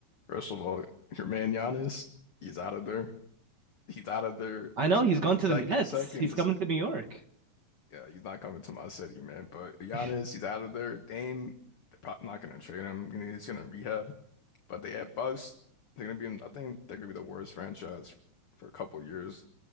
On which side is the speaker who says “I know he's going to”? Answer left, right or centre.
Right